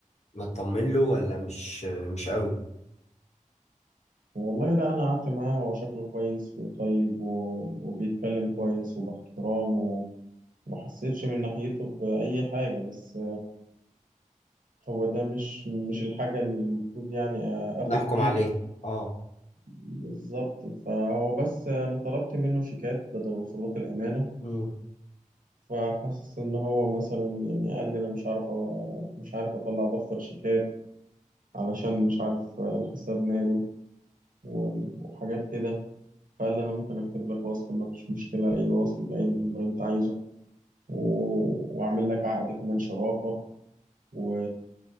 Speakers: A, on the left; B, on the right.
A: مطمن له ولا مش مش قوي
B: والله لا أنا قعدت معاه هو شكله كويس وطيب و... وبيتكلم كويس وباحترام و... ومحسيتش من ناحيته بأي حاجة بس هو ده مش مش الحاجة اللي المفروض يعني آخد
A: نحكم
B: بيها
A: عليه أه
B: بالظبط فهو بس أنا طلبت منه شيكات بدل وصولات الأمانة
A: مم.
B: فحاسس إن هو مثلا يعني قال لي أنا مش عارف أ- مش عارف أطلع دفتر شيكات علشان مش عارف الحساب ماله و- وحاجات كده فقال لي أنا ممكن أكتب لك وصل ما فيش مشكلة أي وصل بأي مبلغ أنت عايزه و- وأعمل لك عقد كمان شراكة و...